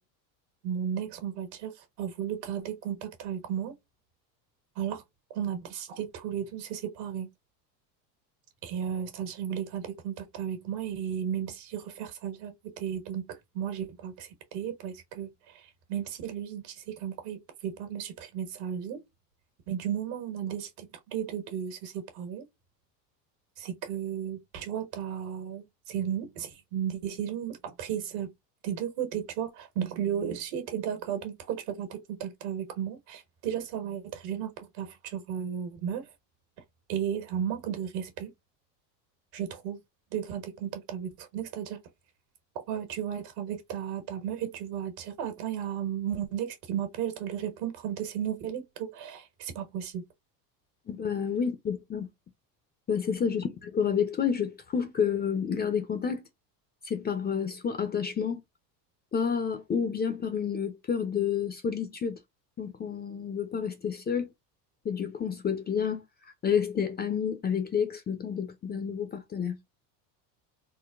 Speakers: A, on the right; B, on the left.
A: Mon ex, on va dire, a voulu garder contact avec moi alors qu'on a décidé tous les deux de se séparer. Et euh, c'est-à-dire, il voulait garder contact avec moi et même si refaire sa vie à côté. Donc, moi, j'ai pas accepté parce que même si lui, il disait comme quoi il pouvait pas me supprimer de sa vie, mais du moment où on a décidé tous les deux de se séparer, C'est que, tu vois, t'as, c'est une, c'est une décision prise des deux côtés, tu vois. Donc, lui aussi était d'accord. Donc, pourquoi tu vas garder contact avec moi? Déjà, ça va être gênant pour ta future euh, meuf. Et c'est un manque de respect, je trouve, de garder contact avec son ex. C'est-à-dire, quoi, tu vas être avec ta, ta meuf et tu vas dire, attends, il y a mon ex qui m'appelle, je dois lui répondre, prendre de ses nouvelles et tout. C'est pas possible.
B: Bah oui, c'est ça. Bah, c'est ça, je suis d'accord avec toi. Et je trouve que garder contact, c'est par euh, soit attachement, pas, ou bien par une peur de solitude. Donc, on ne veut pas rester seul. Et du coup, on souhaite bien rester ami avec l'ex le temps de trouver un nouveau partenaire.